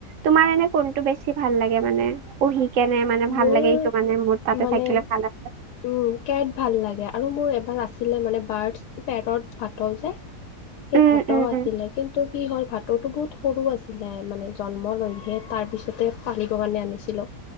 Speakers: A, on the right; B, on the left.
A: তোমাৰ এনে কোনটো বেছি ভাল লাগে মানে পোহি কেনে মানে ভাল
B: মোৰ
A: লাগে। এইটো মানে মোৰ তাতে
B: মানে
A: থাকিলে ভাল আছে।
B: উম কেট ভাল লাগে আৰু মোৰ এবাৰ আছিলে মানে বাৰচ পেৰত ভাতও যে সেই
A: উম
B: ভাতও
A: উম উম
B: আছিলে কিন্তু। তো কি হ'ল ভাতৌটো বহুত সৰু আছিলে মানে জন্ম লৈহে তাৰপিছতে পানিবৰ কাৰণে আনিছিলোঁ।